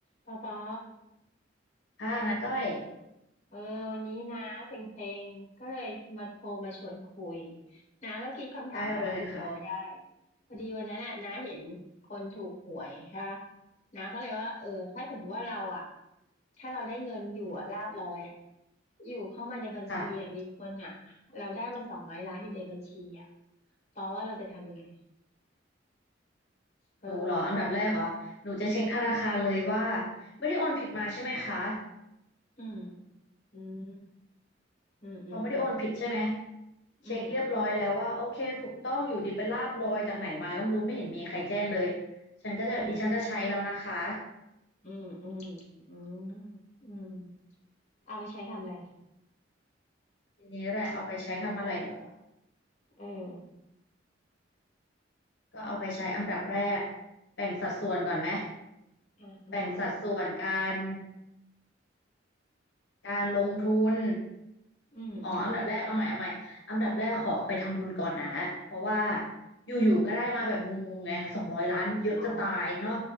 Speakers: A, on the left; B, on the left.
A: ปอปอ
B: อ่านะก้อย
A: เออวันนี้นะเซ็งๆก็เลยมาโทรมาชวนคุยนาก็คิดคำถามบ้าๆบอๆได้
B: ได้เลยค่ะ
A: พอดีวันนั้นน่ะนาเห็นคนถูกหวยค่ะนาก็เลยว่าเออถ้าสมมติว่าเราอ่ะถ้าเราได้เงินอยู่อ่ะลาภลอยอ่ะอยู่เข้ามาในบัญชีอะมีคนอ่ะเราได้มาสองร้อยล้านอยู่ในบัญชีอ่ะ
B: ค่ะ
A: ปอว่าเราจะทำยังไงเออ
B: หนูเหรออันดับแรกเหรอหนูจะเช็คธนาคารเลยว่า
A: อืม
B: ไม่ได้โอนผิดมาใช่ไหมคะ
A: อืมอืมอืมอืม
B: พอไม่ได้โอนผิดใช่ไหม
A: อืม
B: เช็คเรียบร้อยแล้วว่าโอเคถูกต้องอยู่ดีเป็นลาบลอยจากไหนมาก็ไม่รู้ไม่เห็นมีใครแจ้งเลยฉันก็จะแบบดิฉันจะใช้แล้วนะคะ
A: อืม อืมอืมอืมอืมเอาไปใช้ทำอะไรอ่ะ
B: ทีนี้แหละเอาไปใช้ทำอะไรเหรอ
A: เออ
B: ก็เอาไปใช้อันดับแรกแบ่งสัดส่วนก่อนไหม
A: อ่าอ่าอ่า
B: แบ่งสัดส่วนการการลงทุน
A: อืมอืม
B: อ๋ออันดับแรกเอาใหม่เอาใหม่อันดับแรกขอเอาไปทำบุญก่อนนะเพราะว่าอยู่ๆก็ได้มาแบบงงๆไงสองร้อยล้านเยอะจะตายเนาะ
A: อ๋อ